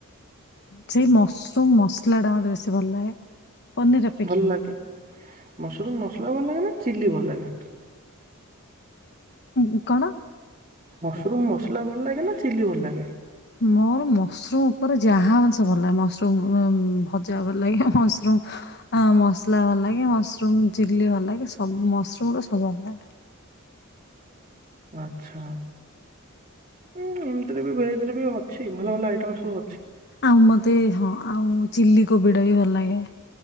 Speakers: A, on the left; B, on the right.
A: ସେଇ ମସରୁମ୍ ମସଲାଟା ମୋତେ ବେଶୀ ଭଲ ଲାଗେ। ପନିର ଅପେକ୍ଷା
B: ଭଲ ଲାଗେ। ମାସରୁମ୍ ମସଲା ଭଲ ଲାଗେ ନା ଚିଲ୍ଲି ଭଲ ଲାଗେ?
A: ଏ ହେ କଣ?
B: ମସରୁମ୍ ମସଲା ଭଲ ଲାଗେ ନା, ଚିଲି ଭଲ ଲାଗେ?
A: ମୋର ମସରୁମ୍ ଉପରେ ଯାହା ଅଂଶ ଭଲ ଲାଗେ ମସରୁମ୍ <unintelligible> ଭଜା ଭଲ ଲାଗେ, ମସ ସରୁମ୍ ଅଁ, ମସଲା ଭଲ ଲାଗେ, ମସରୁମ୍ ଚିଲ୍ଲି ଭଲ ଲାଗେ, ସବୁ ମସରୁମ୍ ର ସବୁ ଭଲ ଲାଗେ।
B: ଆଚ୍ଛା। ଏ ଏମିତିରେ ବି ଭେଜ୍ ରେ ବି ଅଛି ଭଲ ଭଲ ଆଇଟମ୍ ସବୁ ଅଛି।
A: ଆଉ ମୋତେ ହଁ ଆଉ ଚିଲ୍ଲି କୋବି ଟା ବି ଭଲ ଲାଗେ।